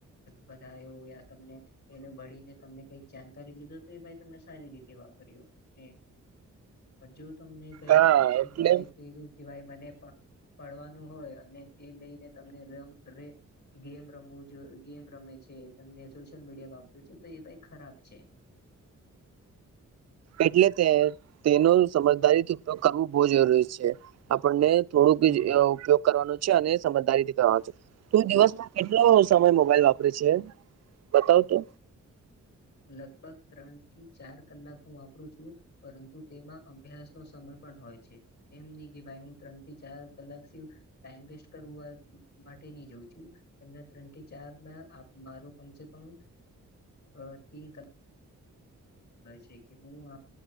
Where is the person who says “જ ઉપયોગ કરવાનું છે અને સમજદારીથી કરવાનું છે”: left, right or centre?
Right